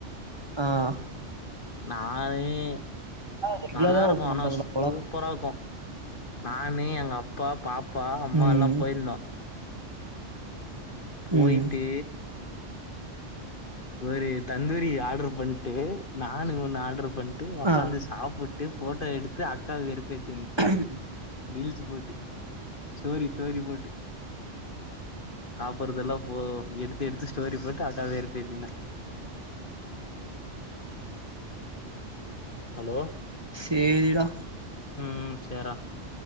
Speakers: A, on the right (about 20°); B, on the left (about 45°).
A: ஆஹ்
B: நானே
A: ரெகுலரா
B: நல்லா இருக்கும்
A: ஓப்பன் பண்றதுல
B: ஆனா சூப்பரா
A: அவ்ளோ
B: இருக்கும் கா நானு எங்க அப்பா பாப்பா அம்மா
A: ம்
B: எல்லாம் போயிருந்தோம் போயிட்டு
A: ம்
B: ஒரு தந்தூரி ஆர்டர் பண்ணிட்டு நான் ஒண்ணு ஆர்டரு பண்ணிட்டு உடக்காந்து
A: ஆ
B: சாப்பிட்டு போட்டோ எடுத்து அக்காவ வெறுப்பேத்தி
A: கும்
B: ரீல்ஸ் போட்டு ஸ்டோரி ஸ்டோரி போட்டு சாப்படுறதெல்லாம் போ எடுத்து எடுத்து ஸ்டோரி போட்டு அக்கா வெறுப்பேத்துனா ஹலோ
A: சேரிடா
B: உம் சேரா